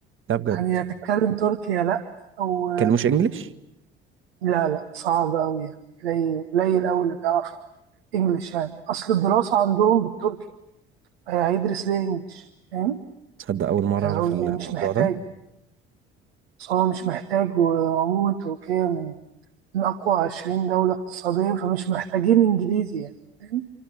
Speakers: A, on the right; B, on the right.
A: ده بجد
B: يعني يا تتكلم تركي يا لأ أو
A: مبيتكلموش
B: آه،
A: انجليش
B: لا لا صعب أوي يعني قليل قليل أوي اللي بيعرف إنجليش يعني أصل الدراسة عندهم بالتركي هي- هيدرس ليه إنجليش فاهم
A: تصدق أول مرة
B: يعني
A: أعرف
B: قصدي
A: الموضوع
B: مش محتاج
A: ده
B: بس هو مش محتاج وعموما تركيا من من أقوى عشرين دولة اقتصاديا فمش محتاجين إنجليزي يعني فاهم